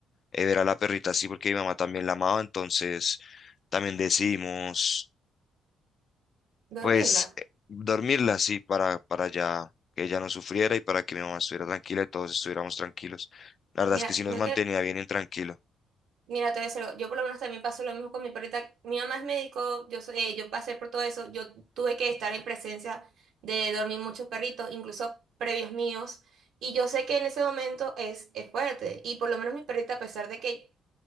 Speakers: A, on the left (about 50°); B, on the right (about 75°).
A: eh, ver a la perrita así porque mi mamá también la amaba, entonces también decidimos
B: dormirla.
A: pues eh, dormirla así para, para ya que ella no sufriera y para que mi mamá estuviera tranquila y todos estuviéramos tranquilos. La verdad
B: Mira,
A: es que sí nos
B: no
A: mantenía
B: te,
A: bien intranquilo.
B: mira, te voy a decir algo. Yo por lo menos también paso lo mismo con mi perrita. Mi mamá es médico, yo, soy- eh, yo pasé por todo eso. Yo tuve que estar en presencia de dormir muchos perritos, incluso previos míos. Y yo sé que en ese momento es, es fuerte. Y por lo menos mi perrita, a pesar de que,